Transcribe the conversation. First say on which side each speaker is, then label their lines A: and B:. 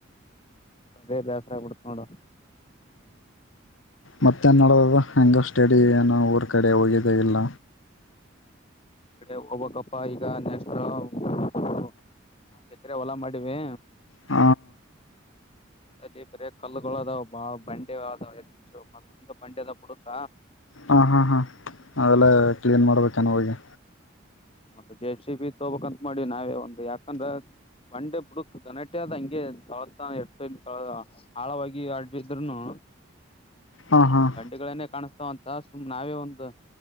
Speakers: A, on the left; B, on the left.
A: ಅದೇ ಬೇಸರ ಆಗ್ಬಿಡ್ತ ನೋಡ.
B: ಮತ್ತ ನೆಡ್ಡದ ಹೆಂಗ ಸ್ಟೇಡಿ ಏನ- ಆ ಕಡೆ ಹೋಗಿದೆ ಎಲ್ಲ
A: ಅ ಹೋಗಬಕಪ್ಪ ಈಗ ನೆಕ್ಸ್ಟ್ ನಾ ಕೆಕರೆ ಹೊಲಾ ಮಾಡಿವಿ
B: ಹ
A: ಅವತ್ತಲ್ಲಿ ಬರೇ ಕಲ್ಲುಗಳು ಅದಾವ ಬಾಳ ಬಂಡೆ ಅದ ಹೆಚ್ಚು ಮದದಿಂದ ಬಂಡೆ ಅದ ಬುಡುಕ
B: ಹಾಂ ಹಾಂ ಹಾಂ ಆೆಲ್ಲ ಕ್ಲೀನ್ ಮಾಡ್ಬೇಕನು ಹೋಗಿ
A: ಮತ್ ಜೆ ಸಿ ಬಿ ತಗೋಬೇಕ್ಂತ ಮಾಡಿ ನಾವೇ ಒಂದು ಯಾಕಂದ್ರ ಒನ್ ಡೇ ಬುಡುಕ್ ಗನಟೆ ಆದ ಹಂಗೆ ತೊಳತ ಎ ತಳ ಆಳವಾಗಿ ಆಡಿದ್ೂನು
B: ಹಾಂ ಹಾಂ
A: ಬಂಡಿಗಳನ್ನೇ ಕಾಣಿಸ ಅಂತ ಸುಮ್ ನಾವೇ ಒಂದು